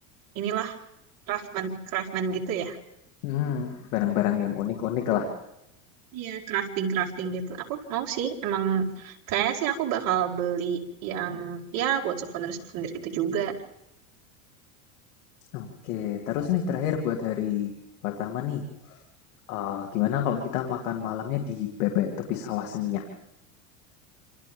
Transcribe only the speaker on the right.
inilah craftsman craftsman gitu ya.
Iya, crafting crafting gitu. Aku mau sih, emang kayak sih aku bakal beli yang ya buat souvenir souvenir gitu juga.